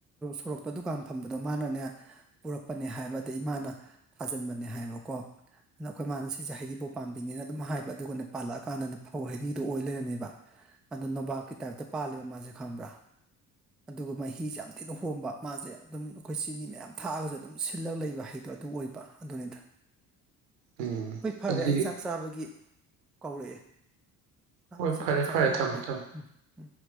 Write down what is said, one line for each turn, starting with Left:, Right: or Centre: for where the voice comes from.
Centre: ꯁꯣꯔꯣꯛꯇ ꯗꯨꯀꯥꯟ ꯐꯝꯕꯗꯣ ꯃꯥꯅꯅꯦ ꯄꯨꯔꯛꯄꯅꯦ ꯍꯥꯏꯕ ꯑꯗꯩ ꯃꯥꯅ ꯊꯥꯖꯤꯟꯕꯅꯦ ꯍꯥꯏꯕꯀꯣ ꯅ ꯑꯩꯈ‌ꯣꯏ ꯃꯥꯅ ꯁꯤꯁ‌ꯦ ꯍꯩꯔꯤꯕꯥꯎꯀ ꯄꯥꯝꯕꯤꯅꯦꯅ ꯑꯗꯨꯝ ꯍꯥꯏꯕ ꯑꯗꯨꯒꯅ‌ꯦ ꯄꯥꯜꯂꯛꯑꯀꯥꯟꯗ ꯐꯧ ꯍꯩꯔꯤꯗꯨꯣ ꯑꯣꯏ ꯂꯩꯔꯝꯃ‌ꯦꯕ ꯑꯗ‌ꯣ ꯅꯣꯕꯥꯥꯞꯀꯤ ꯇꯥꯏꯞꯇ ꯄꯥꯜꯂꯦꯕ ꯃꯥꯁꯦ ꯈꯪꯕ꯭ꯔꯥ ꯑꯗꯨꯒ ꯃꯍꯤꯁꯦ ꯌꯥꯝ ꯊꯤꯅ ꯍꯣꯝꯕ ꯃꯥꯁꯦ ꯑꯗꯨꯝ ꯑꯩꯈꯣꯏ ꯆꯤꯅꯤ ꯃꯌꯥꯝ ꯊꯥꯛꯑꯒꯁꯨ ꯑꯗꯨꯝ ꯁꯤꯜꯂꯒ ꯂꯩꯕ ꯍꯩꯗꯣ ꯑꯗꯨ ꯑꯣꯏꯕ ꯑꯗꯨꯅꯤꯗ
Right: ꯎꯝ
Centre: ꯍꯣꯏ ꯐꯔꯦ
Right: ꯑꯗꯨꯗꯤ
Centre: ꯑꯩ ꯆꯥꯛ ꯆꯥꯕꯒꯤ ꯀꯧꯔꯛꯑꯦ
Right: ꯍꯣꯏ
Centre: ꯁꯤꯗꯅ
Right: ꯐꯔꯦ
Centre: ꯆꯥꯊꯣꯛꯎꯈꯤꯒꯦ
Right: ꯐꯔꯦ ꯊꯝꯃꯣ ꯊꯝꯃꯣ
Centre: ꯎꯝ ꯎꯝ